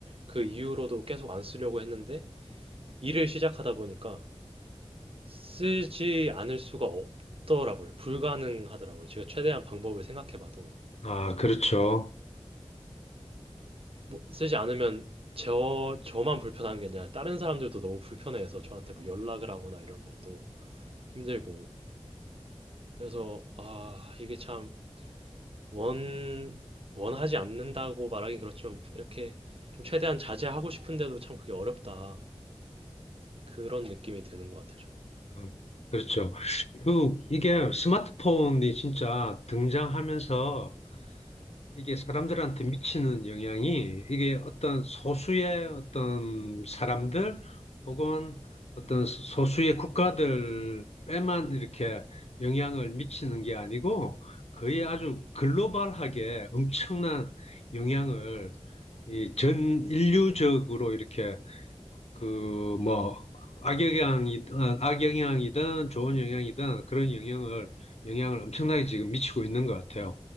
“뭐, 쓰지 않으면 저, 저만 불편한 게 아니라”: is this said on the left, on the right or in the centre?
Right